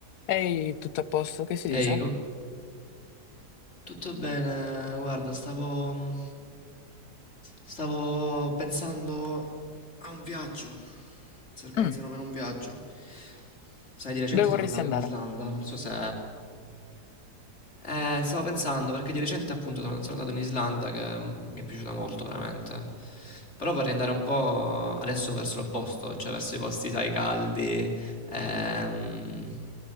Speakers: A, on the left; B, on the left.
A: Ehi, tutto a posto? Che si dice?
B: Ehi, com- tutto bene? Guarda, stavo... stavo pensando a un viaggio. Si organizzano
A: Mm,
B: per un viaggio. Sai, di recente
A: dove vorresti
B: sono andato
A: andare?
B: in Islanda, non so se... Eh, stavo pensando, perché di recente appunto sono sono andato in Islanda che mm, mi è piaciuta molto veramente. Però vorrei andare un po' adesso verso l'opposto, cioè verso i posti, sai, caldi. ehm.